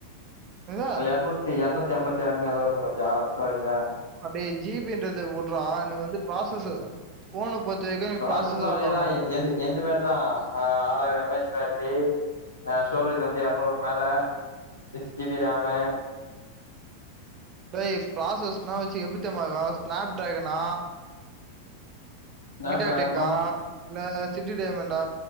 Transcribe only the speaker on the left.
எரநூத் தி எரநூத்திஅம்பத்தாறுனு எதோ இருக்கு பாத்தியா ஸ்டோரெஜூ
ப்ராசஸும்
அதே
தான் எந்த எந்த மாரி தா ஆறாயிர எம் ஹச் பேட்டரி அ ஸ்டோரேஜ் வந்து எரநூறு மேல சிக்ஸ் ஜி பி ராமு
ஸ்னாப்
டிராகனா